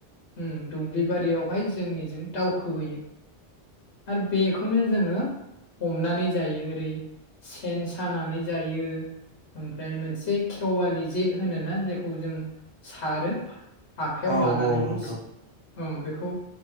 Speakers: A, on the left; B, on the right.
A: उम दुब्लि बारियावहाय जोंनिजों दावखोबोयो आरो बेखौनो जोङो हमनानै जायो ओरै सेन सानानै जायो ओमफ्राय मोनसे खेवालि जे होनोना जेखौ जों सारो आखायाव
B: औ
A: लानानैहाय
B: औ नोंथौ
A: उम बेखौ